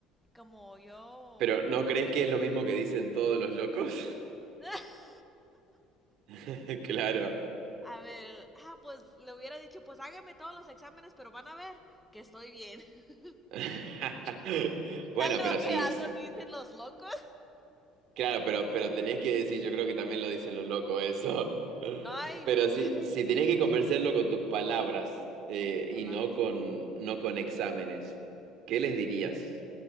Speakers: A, in the centre; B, on the right.
A: como yo...
B: Pero ¿no crees que es lo mismo que dicen todos los locos?
A: <laughs>
B: <laughs> Claro.
A: A ver, ah, pues le hubiera dicho, pues hágame todos los exámenes, pero van a ver que estoy bien. <laughs>
B: <laughs> Bueno,
A: Algo
B: pero
A: que
B: sí,
A: algo
B: sí.
A: dicen los locos.
B: Claro, pero, pero tenés que decir, yo creo que también lo dicen los locos eso. <laughs>
A: Ay,
B: Pero sí,
A: ay,
B: si tenés que convencerlo con tus palabras eh,
A: con mis palabras.
B: y no con, no con exámenes, ¿qué les dirías?